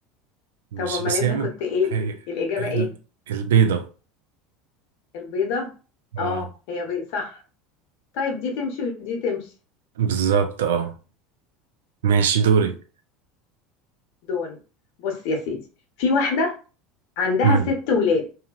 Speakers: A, on the right; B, on the left.
A: مش
B: طب أمال
A: بس
B: أنت
A: هي ممكن
B: كنت إيه
A: هي
B: الإجابة
A: ال-
B: إيه؟
A: البيضة
B: البيضة؟
A: اه
B: آه هي بيضة صح طيب دي تمشي ودي تمشي
A: بالظبط اه ماشي دوري
B: دوري بص يا سيدي في واحدة عندها
A: مم.
B: ست ولاد